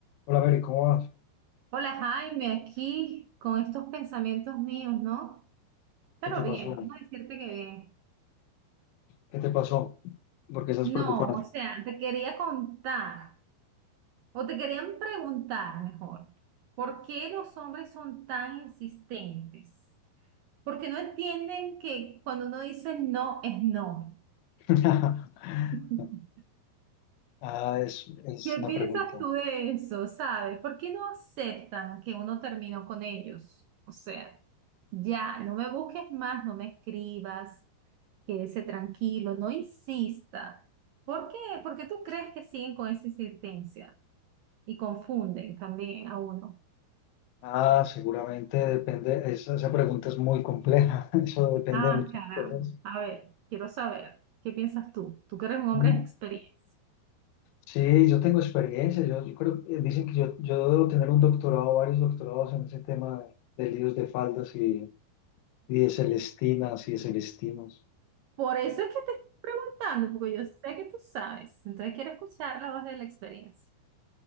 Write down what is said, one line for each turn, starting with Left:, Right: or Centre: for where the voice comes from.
Left: Hola, Mary, ¿cómo vas?
Right: Hola Jaime, aquí con estos pensamientos míos, ¿no? Pero
Left: ¿Qué te
Right: bien,
Left: pasó?
Right: vamos a decirte que bien.
Left: ¿Qué te pasó? ¿Por qué estás
Right: No,
Left: preocupada?
Right: o sea, te quería contar, o te querían preguntar mejor, ¿por qué los hombres son tan insistentes? Porque no entienden que cuando uno dice no es no.
Left: <laughs>
Right: <laughs>
Left: Ah, es, es
Right: ¿Qué
Left: una
Right: piensas
Left: pregunta.
Right: tú de eso? ¿Sabes? ¿Por qué no aceptan que uno terminó con ellos? O sea, ya, no me busques más, no me escribas, quédese tranquilo, no insista. ¿Por qué? ¿Por qué tú crees que siguen con esa insistencia? Y confunden también a uno.
Left: Ah, seguramente depende, esa, esa pregunta es muy compleja, <laughs> eso depende
Right: Ah,
Left: de muchas
Right: caramba.
Left: cosas.
Right: A ver, quiero saber, ¿qué piensas tú? Tú que eres un hombre
Left: Mm.
Right: de experiencia.
Left: Sí, yo tengo experiencia, yo, yo creo, eh, dicen que yo, yo debo tener un doctorado, varios doctorados en ese tema de, de líos de faldas y, y de celestinas y de celestinos.
Right: Por eso es que te estoy preguntando, porque yo sé que tú sabes. Entonces quiero escuchar la voz de la experiencia.